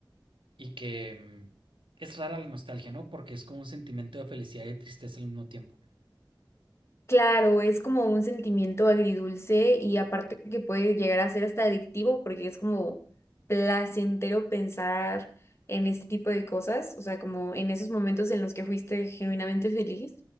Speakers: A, on the right; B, on the left.
A: y que mm, es rara la nostalgia, ¿no? Porque es como un sentimiento de felicidad y de tristeza al mismo tiempo.
B: Claro, es como un sentimiento agridulce y aparte que puede llegar a ser hasta adictivo porque es como placentero pensar en este tipo de cosas, o sea, como en esos momentos en los que fuiste genuinamente feliz.